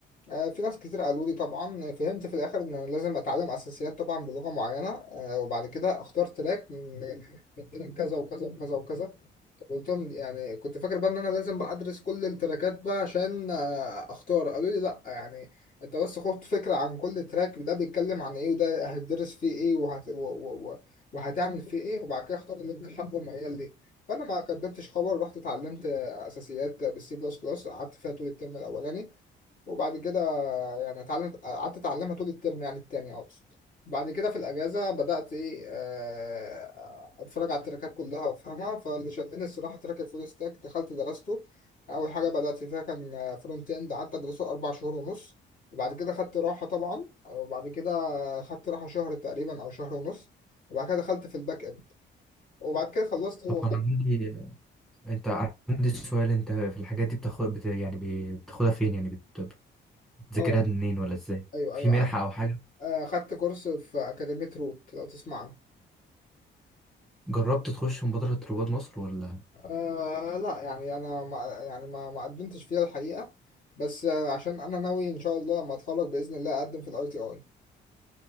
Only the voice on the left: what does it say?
آه، في ناس كتير قالوا لي طبعا فهمت في الاخر ان انا لازم اتعلم اساسيات طبعا بلغه معينه آه، وبعد كده اختار تراك من من تراك كذا وكذا وكذا وكذا قلتهم يعني كنت فاكر بقى ان انا لازم بقى ادرس كل التراكات بقى عشان آه، اختار قالوا لي لا يعني انت بس خد فكره عن كل تراك ده بيتكلم عن ايه وده هتدرس فيه ايه وهت... و... و... و... وهتعمل فيه ايه وبعد كده اختار اللي انت حابه وميال ليه فانا ما قدمتش خبر رحت اتعلمت اساسيات بالسي بلس بلس قعدت فيها طول الترم الاولاني وبعد كده يعني اتعلمت قعدت اتعلمها طول الترم يعني التاني اقصد بعد كده في الاجازه بدات ايه آه، اتفرج على التراكات كلها وافهمها فاللي شدني الصراحه تراك الفول ستاك دخلت درسته اول حاجه بدات فيها كان فرونت اند قعدت ادرسه اربع شهور ونص وبعد كده خدت راحه طبعا وبعد كده خدت راحه شهر تقريبا او شهر ونص وبعد كده دخلت في الباك اند وبعد كده خلصت
وخدت
اه
ايوه
ايوه
آه، خدت كورس في اكاديميه روت لو تسمع عنها.
آه لا يعني انا ما يعني ما ما قدمتش فيها الحقيقه بس آه عشان انا ناوي ان شاء الله لما اتخرج باذن الله اقدم في الاي تي اي